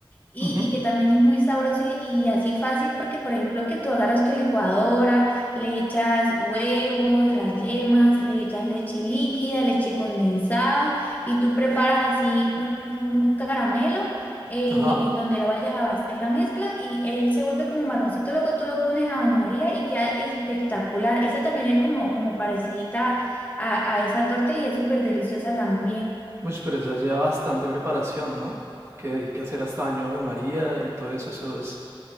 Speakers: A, on the left (about 20°); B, on the right (about 30°).
A: y,
B: Ujú,
A: y que también es muy sabroso y, y así fácil porque, por ejemplo, que tú agarras tu licuadora, le echas huevos, las yemas, le echas leche líquida, leche condensada y tú preparas así un, un- un caramelo eh,
B: Ajá.
A: en donde lo vayas a vaciar la mezcla y él se vuelve como marroncito, luego tú lo pones a baño María y queda espectacular. Esa también es como, como parecida a, a esa torta y es súper deliciosa también.
B: Pues pero esa lleva bastante preparación, ¿no? Porque hay que hacer hasta baño de María y todo eso, eso es,